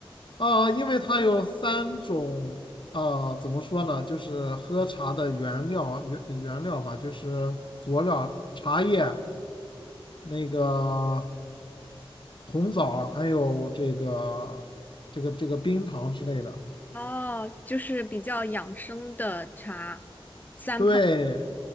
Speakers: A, on the left; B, on the left.
A: 啊，因为它有三种，呃，怎么说呢，就是喝茶的原料原原料吧，就是佐料、茶叶、那个红枣，还有这个这个这个冰糖之类的。
B: 哦，就是比较养生的茶，三炮。
A: 对